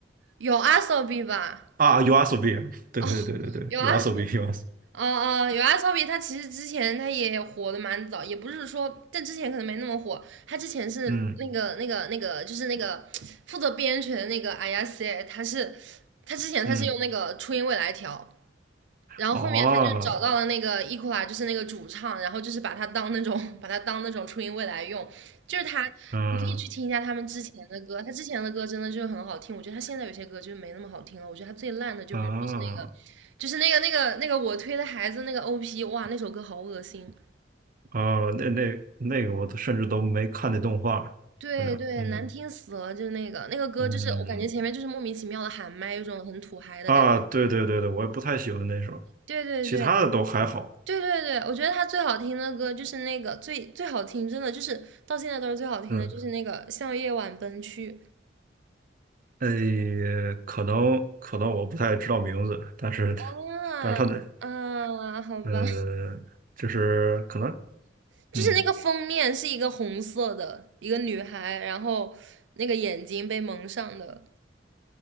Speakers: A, on the right; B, on the right.
A: 有阿 s o b 吧？
B: 啊 y s o b 对对对对对
A: 哦，有阿
B: y
A: s
B: s o b u a s
A: 哦哦，有阿骚比他其实之前他也火的蛮早，也不是说，但之前可能没那么火。他之前是那个那个那个，
B: 嗯
A: 就是那个负责编曲的那个 i 亚 a 他是他之前他是用那个初音未来调，
B: 嗯，
A: 然后后面他就找到了那个
B: 哦，
A: e 伊库拉，就是那个主唱，然后就是把他当那种 <laughs> 把他当那种初音未来用，就是他，
B: 嗯
A: 你可以去听一下他们之前的歌，他之前的歌真的就很好听，我觉得他现在有些歌就没那么好听了，我觉得他最烂的就比如说是那个，
B: 啊
A: 就是那个那个那个我推的孩子那个 OP，哇，那首歌好恶心，
B: 哦，那那那个我都甚至都没看那动画，
A: 对对，
B: 反正嗯
A: 难听死了，就那个那个歌就是我感觉前面就是莫名其妙的喊麦，
B: 嗯
A: 有种很土嗨的感觉，
B: 啊，对对对对，我也不太喜欢那首，
A: 对对对，
B: 其他的都还好，
A: 对对对，我觉得他最好听的歌就是那个最最好听，真的就是到现在都是最好听的，
B: 嗯，
A: 就是那个《向夜晚奔去》
B: 诶，可能可能我不太知道名字，但是
A: 啊啊，
B: 但是他的
A: 好吧，
B: 呃，就是可能
A: <laughs> 就是那个封面是一个红色的一个女孩，
B: 嗯
A: 然后那个眼睛被蒙上的。